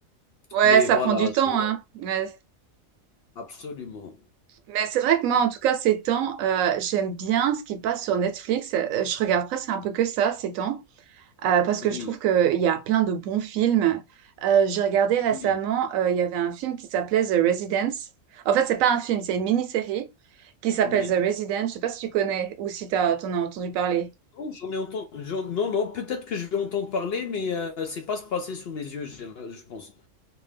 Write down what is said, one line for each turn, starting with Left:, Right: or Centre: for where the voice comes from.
Right: Ouais,
Left: mais
Right: ça
Left: voilà,
Right: prend du temps,
Left: j'ai euh,
Right: hein. Ouais.
Left: absolument.
Right: Mais c'est vrai que moi, en tout cas, ces temps, euh, j'aime bien ce qui passe sur Netflix. Euh, Je regarde presque un peu que ça, ces temps. Euh, parce que
Left: Oui,
Right: je trouve qu'il y a plein de bons films. Euh, j'ai regardé récemment,
Left: oui,
Right: euh, il y avait un film qui s'appelait The Residence. En fait, c'est pas un film, c'est une mini-série qui s'appelle
Left: oui.
Right: The Residence. Je sais pas si tu connais ou si t'as, t'en as entendu parler.
Left: Non, j'en ai entendu, j'en- non, non, peut-être que je vais entendre parler, mais euh, c'est pas se passer sous mes yeux, j'ai euh, je pense.